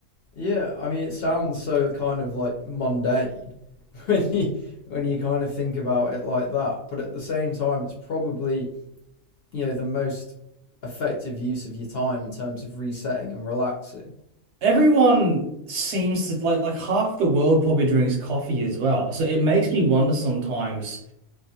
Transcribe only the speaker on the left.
Yeah, I mean, it sounds so kind of like mundane <laughs> when you when you kind of think about it like that. But at the same time, it's probably you know the most effective use of your time in terms of resetting and relaxing.